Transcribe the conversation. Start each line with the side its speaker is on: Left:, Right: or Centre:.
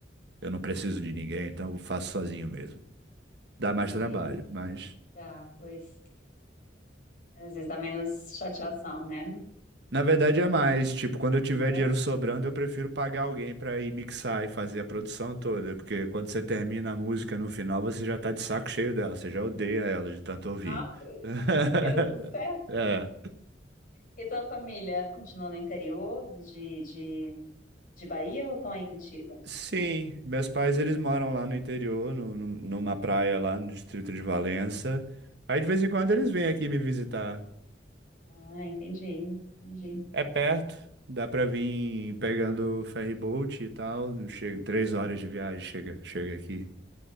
Right: eu não preciso de ninguém, então eu faço sozinho mesmo. Dá mais
Left: Entendi.
Right: trabalho, mas
Left: Dá, pois. Às vezes dá menos chateação, né?
Right: Na verdade é
Left: E
Right: mais,
Left: tua,
Right: tipo, quando eu tiver dinheiro
Left: é?
Right: sobrando, eu prefiro pagar alguém pra ir mixar e fazer a produção toda, porque quando você termina a música no final, você já tá de saco cheio dela, você já odeia ela de tanto ouvir.
Left: Ah, meu
Right: <laughs>
Left: Deus do céu.
Right: É.
Left: E tua família continua no interior de, de, de Bahia ou estão aí contigo?
Right: Sim, meus pais eles moram lá no interior, no- no- numa praia lá no distrito de Valença. Aí de vez em quando
Left: Mas-
Right: eles vêm aqui me visitar.
Left: ah, entendi. Entendi.
Right: É perto, dá pra vir pegando ferry boat e tal, chega três horas de viagem, chega, chega aqui.